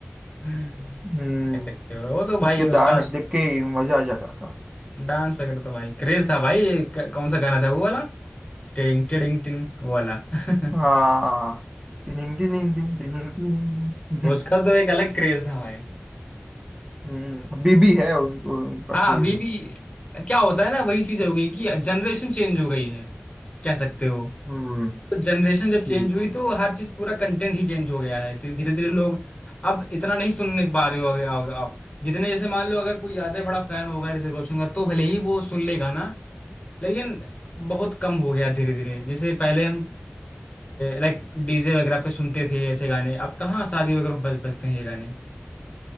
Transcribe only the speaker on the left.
कह
सकते हो वो तो भाई
उसका
डांस वगैरह तो भाई क्रेज था भाई एक- कौन सा गाना था वो वाला टिडिंग टिडिंग टिंग वो वाला <laughs>
उसका तो एक अलग क्रेज था भाई
हाँ
अभी भी क्या होता है ना वही चीज हो गई कि जनरेशन चेंज हो गई है कह सकते हो
तो जनरेशन जब
चेंज हुई तो हर चीज पूरा कंटेंट ही चेंज हो गया है धीरे धीरे धीरे लोग अब इतना नहीं सुनने पा रहे होगे होगे आप जितने जैसे मान लो अगर कोई ज्यादा बड़ा फैन होगा ऋतिक रोशन का तो भले ही वो सुन लेगा ना लेकिन बहुत कम हो गया धीरे धीरे जैसे पहले हम लाइक डीजे वगैरह पे सुनते थे ऐसे गाने अब कहाँ शादी वगैरह में बज बजते हैं ये गाने